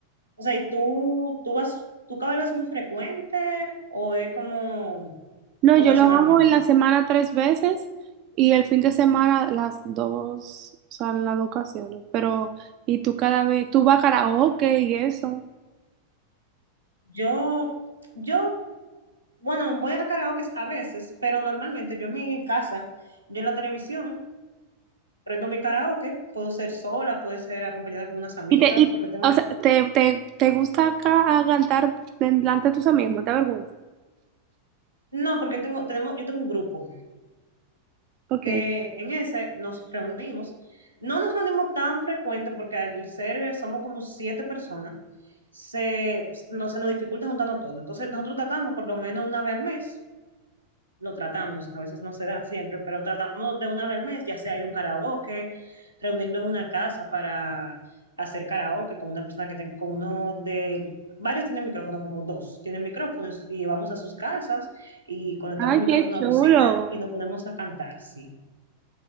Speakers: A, on the right (about 85°); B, on the right (about 40°).
A: O sea, ¿y tú, tú vas, tú cabalgas muy frecuente o es como
B: No,
A: ocasionalmente?
B: yo lo hago en la semana tres veces y el fin de semana las dos, o sea, en las dos ocasiones. Pero, y tú cada vez, tú vas a karaoke y eso.
A: Yo, yo, bueno, voy a karaoke a veces, pero normalmente yo en mi casa, yo en la televisión. prendo mi karaoke, puedo ser sola, puedo ser acompañada con unas amigas,
B: Y te, y,
A: porque tengo,
B: o sea, te, te, te gusta ca- cantar delante de tus amigos, no te avergüences.
A: no, porque tengo, tenemos, yo tengo un grupo
B: Okay,
A: que en ese nos reunimos. No nos reunimos tan frecuente porque al ser somos como siete personas, se, no, se nos dificulta juntarnos todo. Entonces nosotros tratamos por lo menos una vez al mes lo tratamos. A veces no se da siempre, pero tratamos de una vez al mes, ya sea ir a un karaoke, reunirnos en una casa para hacer karaoke con una persona que tenga, con uno de... Varios tienen micrófono, como dos tienen micrófonos, y vamos a sus casas y conectamos
B: Ay,
A: micrófono
B: qué
A: a
B: chulo.
A: bocina y nos ponemos a cantar, sí.